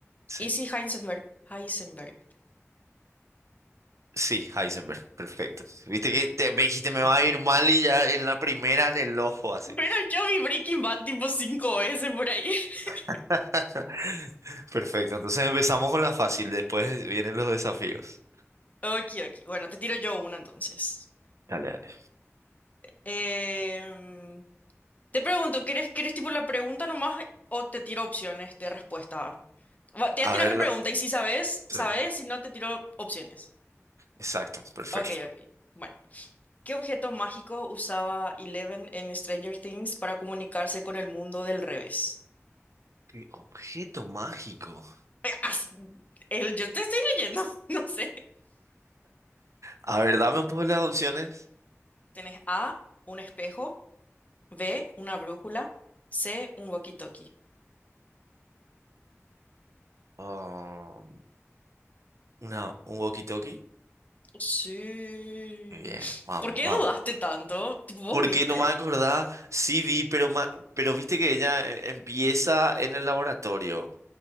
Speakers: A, on the right; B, on the left.
A: Sí,
B: ¿Y si Heisenberg? Heisenberg.
A: sí, Heisenberg, perfecto. Viste que te- me dijiste me
B: mm.
A: va a ir mal y ya en la primera en el ojo así.
B: Pero yo vi Breaking Bad tipo cinco veces por ahí. <laughs>
A: <laughs> Perfecto, entonces empezamos con la fácil, después vienen los desafíos.
B: Ok, ok. Bueno, te tiro yo una entonces.
A: Dale, dale.
B: Em, te pregunto, ¿quieres, quieres tipo la pregunta nomás o te tiro opciones de respuesta? Va, Te
A: A
B: voy a tirar
A: ver,
B: la pregunta y si sabes,
A: Sí,
B: sabes, si no te tiro opciones.
A: exacto, perfecto.
B: Ok, ok. Bueno, ¿qué objeto mágico usaba Eleven en Stranger Things para comunicarse con el mundo del revés?
A: ¿Qué objeto mágico?
B: Eh, as- el- yo te estoy leyendo, <laughs> no sé.
A: A ver, dame un poco las opciones.
B: Tenés A, un espejo, B, una brújula, C, un walkie-talkie.
A: Ah, una, un walkie-talkie.
B: Sí.
A: Muy Bien, vamos,
B: ¿Por qué
A: vamos.
B: dudaste tanto? Tipo, ¿vos
A: Porque
B: viste?
A: no me acordaba, sí vi, pero, ma- pero viste que ella eh, empieza en el laboratorio.